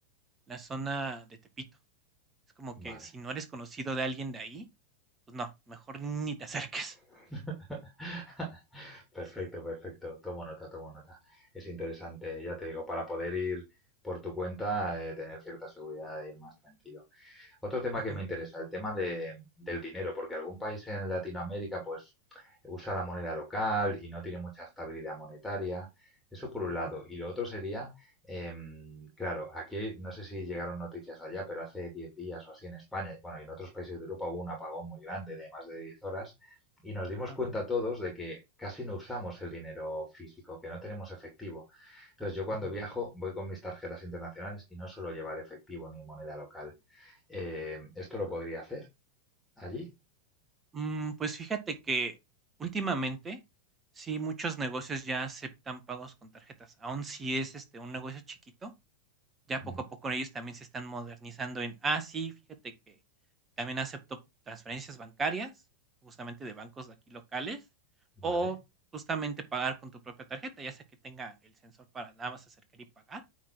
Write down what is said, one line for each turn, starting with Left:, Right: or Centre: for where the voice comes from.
Right: la zona de Tepito. Es como
Centre: Vale.
Right: que si no eres conocido de alguien de ahí, pues no, mejor ni te acerques.
Centre: <laughs> Perfecto,
Right: Sí.
Centre: perfecto. Tomo nota, tomo nota. Es interesante, ya te digo, para poder ir por tu cuenta, eh, tener cierta seguridad de ir más tranquilo. Otro tema
Right: Ujú,
Centre: que me interesa, el tema de, del dinero, porque algún país en Latinoamérica pues usa la moneda local y no tiene mucha estabilidad monetaria. Eso por un lado.
Right: ujú,
Centre: Y lo otro sería, em, claro, aquí no sé si llegaron noticias allá, pero hace 10 días o así en España, bueno, y en otros países de Europa hubo un apagón muy grande de más de 10 horas y nos dimos
Right: ajá,
Centre: cuenta todos de que casi no usamos el dinero físico, que no tenemos efectivo. Entonces yo cuando
Right: ujú.
Centre: viajo voy con mis tarjetas internacionales y no suelo llevar efectivo ni moneda local. Eh, ¿esto lo podría hacer allí?
Right: Mm, pues fíjate que últimamente sí muchos negocios ya aceptan pagos con tarjetas. Aun si es este un negocio chiquito, ya
Centre: Ujú.
Right: poco a poco ellos también se están modernizando en, ah, sí, fíjate que también acepto transferencias bancarias, justamente de bancos de aquí locales,
Centre: Vale.
Right: o justamente pagar con tu propia tarjeta, ya sea que tenga el sensor para nada más acercar y pagar